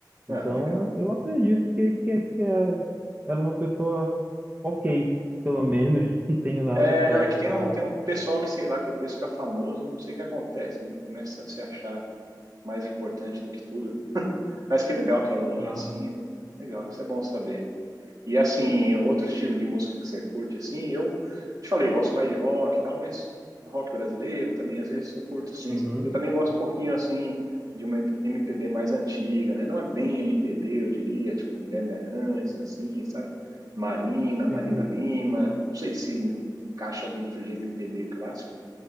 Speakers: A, on the right; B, on the right.
A: ah,
B: Então,
A: legal.
B: eu acredito que, que, é, que é- ela é uma pessoa ok, pelo menos <laughs> não tenho nada
A: É,
B: pra,
A: não, é que tem
B: pra...
A: um, tem um pessoal que, sei lá, que depois fica famoso, não sei o que acontece, né? Começa a se achar mais importante do que tudo. né? Mas que legal que ela não
B: Ah,
A: é assim. Legal, isso é bom saber. E assim, outro estilo de música que você curte, assim, eu te falei, gosto mais de rock e tal, mas rock brasileiro também, às vezes eu curto, assim.
B: uhum,
A: Eu também gosto um pouquinho, assim, de uma MPB mais antiga, né? Não é bem MPB, eu diria, tipo Guilherme Arantes, assim, sabe? Marina, Marina
B: sim, sim.
A: Lima, não sei se encaixa dentro de MPB clássico,